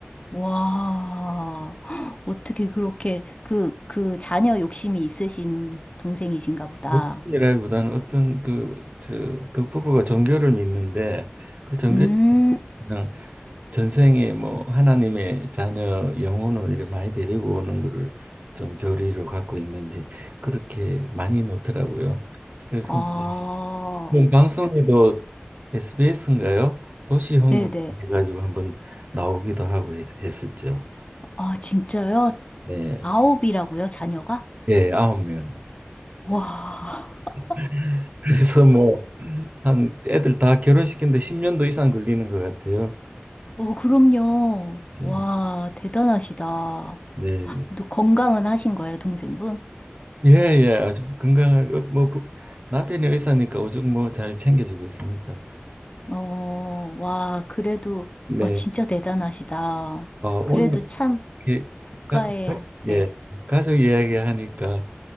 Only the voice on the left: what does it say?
와, <gasps> 헉, 어떻게 그렇게 그, 그 자녀 욕심이 있으신 동생이신가 보다.
음,
아,
네네.
아, 진짜요?
아홉이라고요, 자녀가?
와,
<laughs> 어, 그럼요.
와, 대단하시다.
또 건강은 하신 거예요, 동생분?
어, 와, 그래도,
와, 진짜 대단하시다.
그래도 참
국가에,
네,